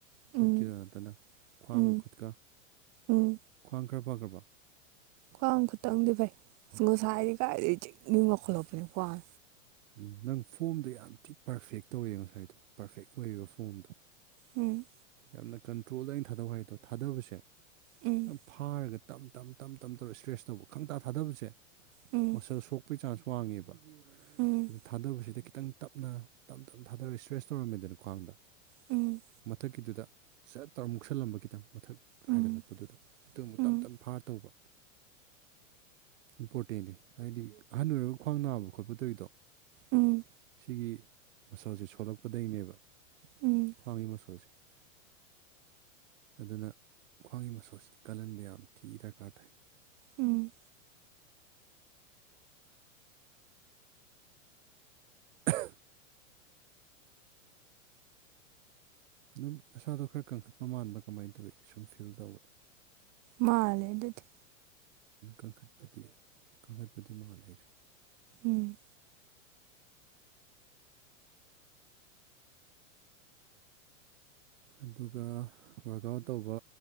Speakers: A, on the right; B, on the right.
A: ꯎꯝ
B: ꯈꯨꯠꯀꯤꯗ ꯅꯠꯇꯅ ꯈ꯭ꯋꯥꯡꯒ
A: ꯎꯝ
B: ꯈꯨꯠꯀ
A: ꯎꯝ
B: ꯈ꯭ꯋꯥꯡ ꯈꯔ ꯐꯈ꯭ꯔꯕꯣ
A: ꯈ꯭ꯋꯥꯡ ꯈꯇꯪꯗꯤ ꯐꯩ ꯁꯤ ꯉꯥꯁꯥꯏꯗꯤ ꯀꯥꯏꯗꯩ ꯖꯤꯡ ꯖꯤꯡ ꯂꯥꯎꯈꯠꯔꯛꯇꯅ ꯈ꯭ꯋꯥꯡ
B: ꯎꯝ ꯅꯪ ꯐꯣꯝꯗꯣ ꯌꯥꯝ ꯊꯤ ꯄꯔꯐꯦꯛ ꯇꯧꯋꯦ ꯉꯁꯥꯏꯗꯣ ꯄꯔꯐꯦꯛ ꯑꯣꯏꯕ ꯐꯣꯝꯗꯣ
A: ꯎꯝ
B: ꯌꯥꯝꯅ ꯀꯟꯇ꯭ꯔꯣꯜꯗ ꯑꯩꯅ ꯊꯥꯗꯧ ꯍꯥꯏꯗꯣ ꯊꯥꯗꯕꯁꯦꯈꯤ
A: ꯎꯝ
B: ꯐꯥꯔꯒ ꯇꯝ ꯇ ꯇꯝ ꯇ ꯇꯧꯔ ꯏꯁꯇ꯭ꯔꯦꯁ ꯇꯧꯕ ꯈꯪꯇꯥ ꯊꯥꯗꯕꯁꯦ
A: ꯎꯝ
B: ꯃꯁꯜ ꯁꯣꯛ <unintelligible> ꯆꯥꯟꯁ ꯋꯥꯡꯉꯦꯕ
A: ꯎꯝ
B: ꯑꯗꯨ ꯊꯥꯗꯕꯁꯤꯗ ꯈꯤꯇꯪ ꯇꯞꯅ ꯇꯞ ꯇꯞ ꯊꯥꯗꯔꯒ ꯏꯁꯇ꯭ꯔꯦꯁ ꯇꯧꯔꯝꯃꯦꯗꯅ ꯈ꯭ꯋꯥꯡꯗ
A: ꯎꯝ
B: ꯃꯊꯛ ꯀꯤꯗꯨꯗ ꯁꯠ ꯇꯧꯔ ꯃꯨꯛꯁꯜꯂꯝꯕ ꯈꯤꯇꯪ ꯃꯊꯛ
A: ꯎꯝ
B: ꯍꯥꯏꯒꯠꯂꯛꯄꯗꯨꯗ ꯑꯗꯨ ꯑꯃꯨꯛ
A: ꯎꯝ
B: ꯇꯞ ꯇꯞ ꯐꯥꯔ ꯇꯧꯕ ꯏꯝꯄꯣꯔꯇꯦꯟꯅꯦ ꯍꯥꯏꯗꯤ ꯑꯍꯟ ꯑꯣꯏꯔꯕ ꯈ꯭ꯋꯥꯡ ꯅꯥꯕ ꯈꯣꯠꯄ ꯇꯧꯔꯤꯗꯣ
A: ꯎꯝ
B: ꯁꯤꯒꯤ ꯃꯁꯜꯁꯦ ꯁꯣꯜꯂꯛꯄꯗꯒꯤꯅꯦꯕ
A: ꯎꯝ
B: ꯈ꯭ꯋꯥꯡꯒꯤ ꯃꯁꯜꯁꯦ ꯑꯗꯨꯅ ꯈ꯭ꯋꯥꯡꯒꯤ ꯃꯁꯜꯁꯤꯗꯤ ꯀꯜꯍꯟꯕ ꯌꯥꯝ ꯊꯤ ꯗꯔꯀꯥꯔ ꯇꯥꯏ
A: ꯎꯝ
B: <unintelligible> ꯑꯗꯨꯝ ꯅꯁꯥꯗꯣ ꯈꯔ ꯀꯟꯈꯠꯄ ꯃꯥꯟꯕꯥ ꯀꯃꯥꯏꯅ ꯇꯧꯋꯤ ꯁꯨꯝ ꯐꯤꯜ ꯇꯧꯕꯗ
A: ꯃꯥꯂꯦ ꯑꯗꯨꯗꯤ
B: ꯀꯟꯈꯠꯄꯗꯤ ꯀꯟꯈꯠꯄꯗꯤ ꯃꯥꯜꯂꯦꯁꯨ ꯑꯩꯁꯨ
A: ꯎꯝ
B: ꯑꯗꯨꯒ ꯋꯥꯔꯛ ꯑꯥꯎꯠ ꯇꯧꯕ